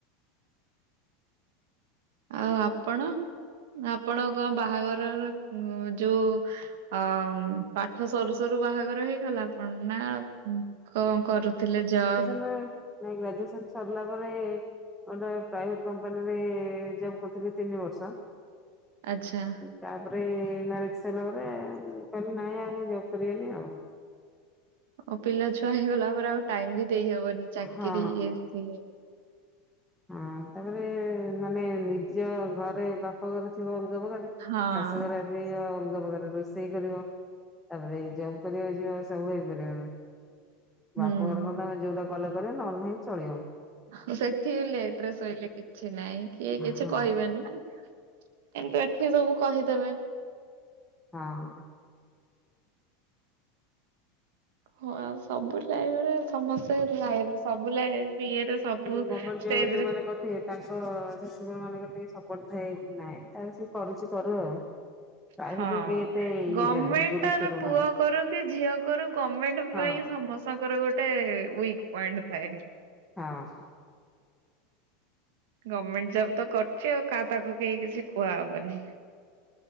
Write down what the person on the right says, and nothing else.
ଆଉ ଆପଣ ଆପଣ କଁ ବାହାଘରର ଯୋଉ ଅଁ ପାଠ ସରୁ ସରୁ ବାହାଘର ହେଇଗଲା ଆପଣ ନା କଁ କରୁଥିଲେ ଯବ୍?
ଆଚ୍ଛା।
ଆଉ ପିଲା ଛୁଆ ହେଇଗଲା ପରେ ଆଉ ଟାଇମ୍ ବି ଦେଇ ହବନି ଚାକିରି
ଇଏ ସିଏ।
ହଁ
ହୁଁ
ହୁଁ ସେଠି ଲେଟ୍ ରେ ଶୋଇଲେ କିଛି ନାହିଁ, କିଏ କିଛି
କହିବେନି ନାଁ। କିନ୍ତୁ ଏଠି ସବୁ କହିଦେବେ।
ହଁ ଆଉ ସବୁ ଲାଇଭରେ ସମସ୍ତେ ସବୁ ଲାଇଭ୍, ସବୁ ଲାଇଫ୍ ଇଏରେ। ସବୁ
ଷ୍ଟେଜରେ
ହଁ
ଗମେଣ୍ଟ
ଟାରେ
ପୁଅ କରୁ କି ଝିଅ କରୁ ଗମେଣ୍ଟ୍
ପାଇଁ ସମ ତାଙ୍କର ଗୋଟେ ୱିକ୍ ପଏଣ୍ଟ ଥାଏ।
ଗମେଣ୍ଟ ଜବ୍ ତ କରିଚି ଆଉ କା ତାକୁ କେଇ କିଛି କୁଆହବନି।